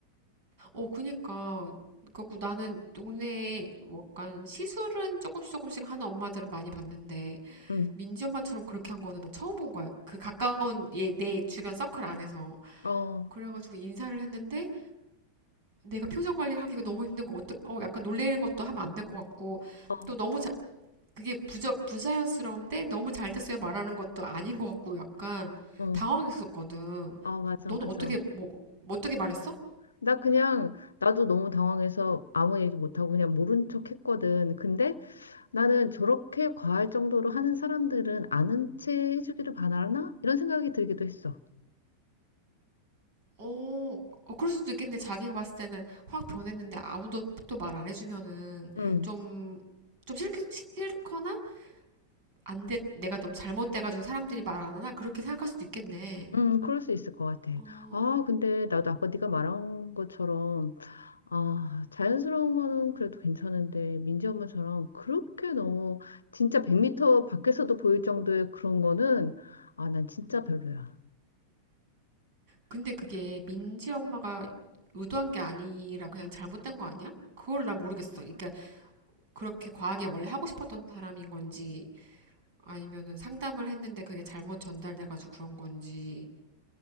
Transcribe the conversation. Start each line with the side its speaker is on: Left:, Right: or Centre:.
Right: 어, 그니까. 그래갖고 나는 동네에 뭐 약간 시술은 조금씩 조금씩 하는 엄마들은 많이 봤는데,
Left: 응.
Right: 민지 엄마처럼 그렇게 한 거는 나 처음 본 거야. 그 가까운 얘, 내 주변 서클 안에서.
Left: 어,
Right: 그래가지고 인사를 했는데 내가 표정 관리하기가 너무 힘든 거 어떡, 어, 약간 놀래는 것도 하면 안 될 것 같고
Left: 어,
Right: 또 너무 자, 그게 부자, 부자연스러운데 너무 잘 됐어요 말하는 것도 아닌 것 같고 약간
Left: 어,
Right: 당황했었거든.
Left: 아, 맞아,
Right: 너는
Left: 맞아.
Right: 어떻게 뭐 뭐 어떻게 말했어?
Left: 나 그냥, 나도 너무 당황해서 아무 얘기 못하고 그냥 모른 척 했거든. 근데 나는 저렇게 과할 정도로 하는 사람들은 아는 채 해주기를 바라나? 이런 생각이 들기도 했어.
Right: 어, 어, 그럴 수도 있겠네. 자기가 봤을 때는 확 변했는데 아무도 또 말 안 해주면은
Left: 음,
Right: 좀, 좀 싫, 싫거나 안 돼, 내가 너무 잘못돼가지고 사람들이 말 안 하나? 그렇게 생각할 수도 있겠네.
Left: 음, 그럴 수 있을 것 같아.
Right: 어,
Left: 아, 근데 나도 아까 네가 말한 것처럼, 아, 자연스러운 거는 그래도 괜찮은데, 민지 엄마처럼 그렇게 너무, 진짜 100m 밖에서도 보일 정도의 그런 거는, 아, 난 진짜 별로야.
Right: 근데 그게 민지 엄마가 의도한 게 아니라 그냥 잘못된 거 아니야? 그걸 나 모르겠어. 그러니까 그렇게 과하게 원래 하고 싶었던 사람인 건지 아니면은 상담을 했는데 그게 잘못 전달돼가지고 그런 건지.